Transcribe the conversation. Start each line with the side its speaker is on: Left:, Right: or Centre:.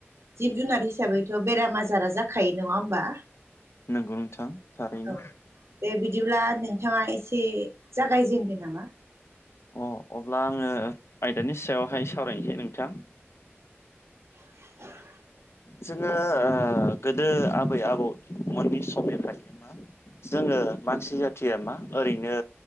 Right: जिब जुनार हिसाबैथ' बेराम आजारा जाखायो नङा होमबा
Left: नंगौ नोंथां थारैनो
Right: औ दे बिदिब्ला नोंथाङा एसे जागायजेनदो नामा
Left: अ अब्ला आङो आयदानि सायावहाय सावरायनोसै नोंथां
Right: <unintelligible>
Left: जोङो ओ गोदो आबै आबौ मोननि समनिफ्रायनो <inaudible> जोङो मानसि जाथिया मा ओरैनो